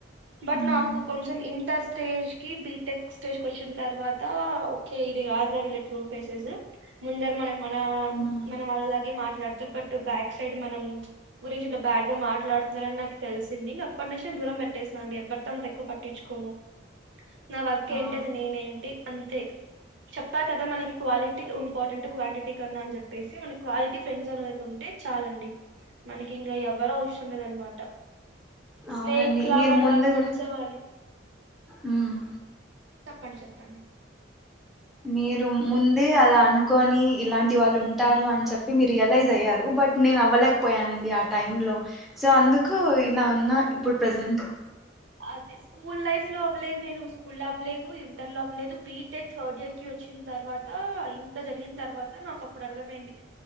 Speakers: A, on the right; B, in the centre.
A: బట్
B: ఉమ్,
A: నాకు కొంచెం ఇంటర్స్ట్ స్టేజ్ కి బీటెక్ స్టేజ్ క వచ్చిన తర్వాత ఓకే ఇది కాధ్ర వీళ్ళ ట్రూ ఫేసెస్ ముందర మన
B: ఉమ్,
A: మన మనం మన లాగే మాట మాట్లాడతారు బట్ బ్యాక్ సైడ్ మనం గురించి ఇట్లా బ్యాడ్ గా మాట్లాడుతున్నారని నాకు తెలిసింది ఇంక అప్పటి నుంచి నేను దూరం పెట్టేసాను అండి ఎవరితో అంత ఎక్కువ పట్టించుకోను నా వర్క్
B: ఆ
A: ఏంటది నేనేంటి అంతే చెప్పా కదా మనకి క్వాలిటీ ఇంపార్టెంట్ క్వాంటిటీ కన్నా అని చెపి చెప్పేసి మన క్వాలిటీ ఫ్రెండ్స్ అనేది ఉంటే చాలండి మనకి ఇంకా ఎవరో అవసరం లేదన్న మాట స్నేక్
B: అవునండి
A: లాగా
B: మీరు
A: అట్లా
B: ముందు
A: పొడిచేవాళ్ళు
B: ఉమ్
A: చెప్పండి చెప్పండి
B: మీరు ముందే అలా అనుకని ఇలాంటి వాళ్ళు ఉంటారు అని చెప్పి మీరు రియలైజ్ అయ్యారు బట్ నేను అవ్వలేకపోయానండి ఆ టైమ్ లో సో అందుకు ఇలా ఉన్నా ఇప్పుడు ప్రెజెంట్
A: అదే స్కూల్ లైఫ్ లో అవ్వలేదు నేను స్కూల్ లో అవ్వలేదు ఇంటర్ లో అవ్వలేదు బిటెక్ థర్డ్ ఇయర్ కి వచ్చిన తర్వాత ఇంత జరిగిన తర్వాత నాకు అప్పుడు అర్థమైంది